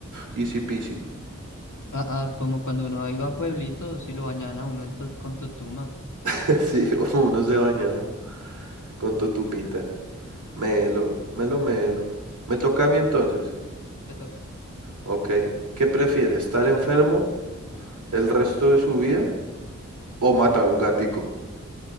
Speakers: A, on the right (about 80°); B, on the left (about 80°).
A: easy peasy.
B: Ah, ah, como cuando uno iba a pueblitos y lo bañaban a uno en to- con Totuma.
A: <laughs> Sí, uno se baña con totumita. Melo, melo, melo. ¿Me toca a mí entonces?
B: Te toca.
A: Ok. ¿Qué prefiere? ¿Estar enfermo el resto de su vida o matar un gatico?